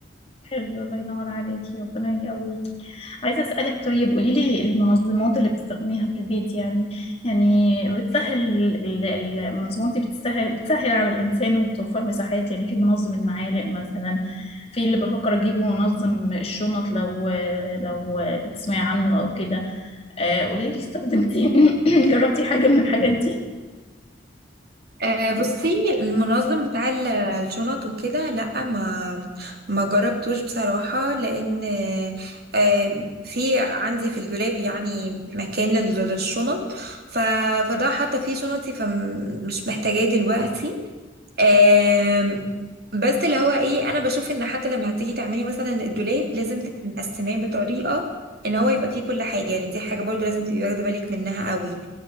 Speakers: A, on the left; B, on the right.
A: حلو الله ينور عليكي ربنا يقويكي عايزة أسألك طيب قولي لي المنظمات اللي بتستخدميها في البيت يعني يعني بتسهل ال- ال- المنظمات دي بتسهل بتسهل على الإنسان وبتوفر مساحات يعني في منظم المعالق مثلا في اللي بفكر أجيبه منظم الشنط لو لو تسمعي عنه أو كده آه، قولي لي استخدمتي <coughs> جربتي حاجة من الحاجات دي
B: آه، بصي المنظم بتاع ال- الشنط وكده لا ما ما جربتوش بصراحة لأن آه، آه، في عندي في الدولاب يعني مكان لل- للشنط ف- فده حاطة فيه شنطي فمش محتاجاه دلوقتي آم، بس اللي هو ايه انا بشوف ان حتى لما هتيجي تعملي مثلا الدولاب لازم تبقي مقسماه بطريقه ان هو يبقى فيه كل حاجه يعني دي حاجه برضو لازم تبقي واخده بالك منها قوي